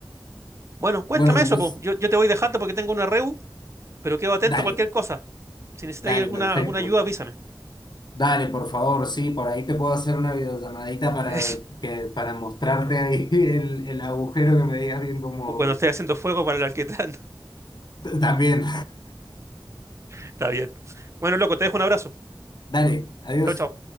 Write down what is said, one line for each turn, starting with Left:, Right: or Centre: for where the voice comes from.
Right: Bueno, cuéntame
Left: Bueno, mi
Right: eso,
Left: Luis,
Right: pues. Yo, yo te voy dejando porque tengo una reu, pero quedo atento
Left: dale,
Right: a cualquier cosa. Si necesitáis
Left: dale,
Right: alguna,
Left: perfecto.
Right: alguna ayuda, avísame.
Left: Dale, por favor, sí, por ahí te puedo hacer una videollamadita para,
Right: <laughs>
Left: que, para mostrarte ahí <laughs> el, el agujero que me digas bien como...
Right: O Cuando esté haciendo fuego para el alquitrán.
Left: También.
Right: <laughs> Está bien. Bueno, loco, te dejo un abrazo.
Left: <laughs> Dale, adiós.
Right: Chao, chao.